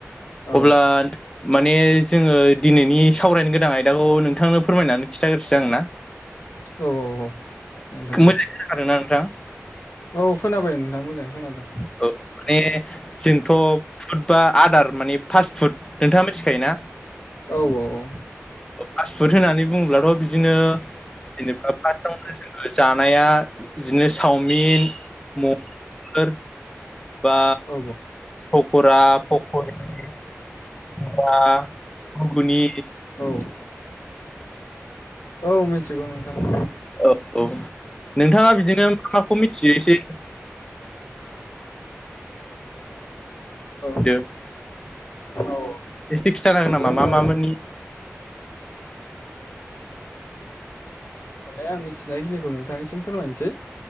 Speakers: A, on the left; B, on the left.
A: औ
B: अब्ला माने जोङो दिनैनि सावरायनो गोनां आयदाखौ नोंथांनो फोरमायनानै खिन्थाग्रोसो दां ना।
A: औ औ औ। नोंथां
B: मोजां
A: दे
B: खोनादोंना नोंथां?
A: औ खोनाबाय नोंथां मोजाङै खोनादों।
B: औ। माने जोंथ' फुड बा आदार माने फास्ट फुड नोंथाङा मिथिखायो ना।
A: औ औ औ।
B: फ्लासत पुट होननानै बुङोब्लाथ' बिदिनो जेनेबा फार्स्टआवनो जोङो जानाया बिदिनो चावमिन म फोर बा
A: औ
B: पकरा फखरि बाह खुगुनि
A: औ। औ मिथिगौ नोंथां।
B: औ औ नोंथाङा बिदिनो मा माखौ मिथियो एसे
A: औ
B: <unintelligible>
A: औ
B: एसे खिनथानो हागोन नामा
A: जोङो
B: मा मामोननि
A: माने आं मिथिनायखिनिखौ नोंथांनिसिम फोरमायनोसै।